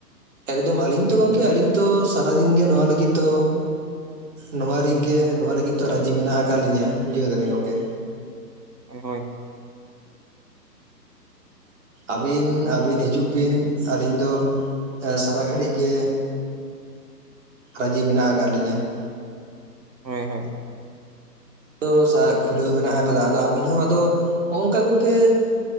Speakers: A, on the right (about 45°); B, on the right (about 85°).
A: ᱮᱠᱫᱚᱢ ᱟᱹᱞᱤᱧ ᱛᱚ ᱜᱚᱢᱠᱮ ᱟᱹᱞᱤᱧ ᱛᱚ ᱥᱟᱨᱟᱫᱤᱱ ᱜᱮ ᱱᱚᱣᱟ ᱞᱟᱹᱜᱤᱫ ᱫᱚ ᱱᱚᱣᱟ ᱨᱮᱧ ᱜᱮ ᱱᱚᱣᱟ ᱞᱟᱹᱜᱤᱫ ᱛᱚ ᱨᱟᱹᱡᱤ ᱢᱮᱱᱟᱜ ᱟᱠᱟᱫ ᱞᱤᱧᱟᱹ ᱵᱩᱡᱷᱟᱹᱣ ᱫᱟᱵᱮᱱ ᱜᱚᱢᱠᱮ
B: ᱦᱚᱭ ᱾
A: ᱟᱹᱵᱤᱱ ᱟᱹᱵᱤᱱ ᱦᱤᱡᱩᱜ ᱵᱤᱱ ᱟᱹᱞᱤᱧ ᱫᱚ ᱥᱟᱨᱟ ᱜᱷᱟᱹᱲᱤᱡ ᱜᱮ ᱨᱟᱹᱡᱤ ᱢᱮᱱᱟᱜ ᱟᱠᱟᱫ ᱞᱤᱧᱟᱹ ᱾
B: ᱦᱚᱭ ᱦᱚᱭ ᱾
A: ᱛᱚ ᱠᱷᱩᱞᱟᱹᱣ ᱢᱮᱱᱟᱜ ᱟᱠᱟᱫ-ᱟ ᱟᱫᱚ ᱟᱹᱵᱤᱱ ᱦᱚᱸ ᱟᱫᱚ ᱦᱚᱸᱝᱠᱟ ᱠᱚ ᱜᱮ